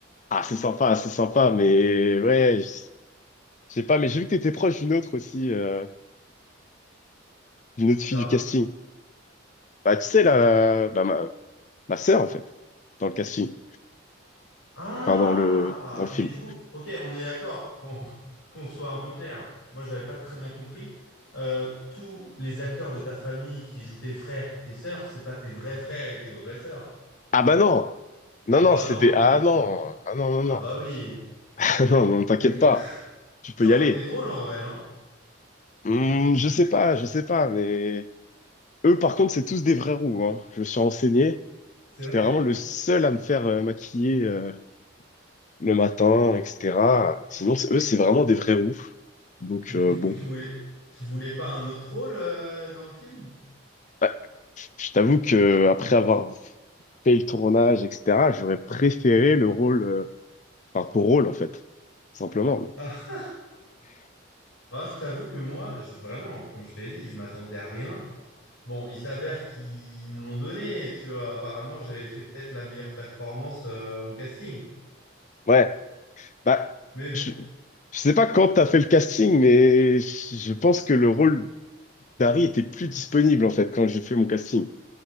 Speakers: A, on the left; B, on the left.
A: Ah, c'est sympa, c'est sympa, mais ouais. Je sais pas, mais j'ai vu que t'étais proche d'une autre aussi, euh, d'une autre
B: C'est
A: fille
B: Ça.
A: du casting. Bah, tu sais, la, bah, ma, ma sœur, en fait, dans le casting.
B: Ah,
A: Enfin, dans le, dans le film.
B: mais du coup, ok, on est d'accord qu'on <laughs> qu'on soit un peu clair. Moi, j'avais pas très bien compris. Euh, tous les acteurs de ta famille qui jouent tes frères, tes sœurs, c'est pas tes vrais frères et tes vraies sœurs.
A: Ah bah non! Non,
B: Ah
A: non,
B: bah
A: c'était...
B: non,
A: Ah
B: oui,
A: non!
B: ok.
A: Ah non, non, non.
B: Ah bah oui.
A: <laughs> Ah non, non, t'inquiète
B: <laughs>
A: pas. Tu peux
B: Ça
A: y
B: aurait
A: aller.
B: été drôle en vrai, non?
A: Hmm, je sais pas, je sais pas, mais... Eux, par contre, c'est tous des vrais roux, hein. Je me suis renseigné.
B: C'est
A: J'étais
B: vrai.
A: vraiment le seul à me faire euh, maquiller euh, le matin, etc. Sinon, c'est- eux, c'est vraiment des vrais roux. Donc,
B: Mais
A: euh,
B: du
A: bon.
B: coup, tu voulais, tu voulais pas un autre rôle euh, dans le film?
A: Bah, je t'avoue que après avoir fait le tournage, etc., j'aurais préféré le rôle, euh, enfin ton rôle en fait, simplement.
B: <laughs> Bah, je t'avoue que moi, je, vraiment, comme je te l'ai dit, je m'attendais à rien. Bon, il s'avère qu'ils me l'ont donné, tu vois. Apparemment, j'avais fait peut-être la meilleure performance euh, au casting.
A: Ouais, bah,
B: Mais bon.
A: je, je sais pas quand t'as fait le casting, mais je je pense que le rôle d'Harry était plus disponible en fait quand j'ai fait mon casting.